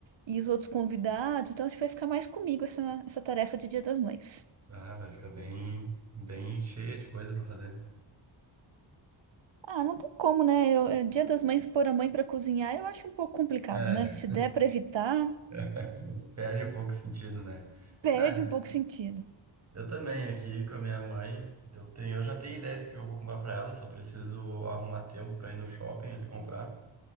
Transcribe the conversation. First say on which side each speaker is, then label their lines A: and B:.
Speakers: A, on the right; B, on the right.
A: e os outros convidados, então acho que vai ficar mais comigo essa, essa tarefa de Dia das Mães.
B: Ah, vai ficar bem, bem cheia de coisa pra fazer.
A: Ah, não tem como, né? Eu, é, Dia das Mães pôr a mãe pra cozinhar, eu acho um pouco complicado,
B: É,
A: né? Se der pra evitar,
B: <laughs> perde um pouco o sentido, né?
A: perde
B: Ah,
A: um pouco o sentido.
B: eu também aqui com a minha mãe. Eu tenho, eu já tenho ideia do que eu vou comprar pra ela, só preciso arrumar tempo pra ir no shopping ali comprar.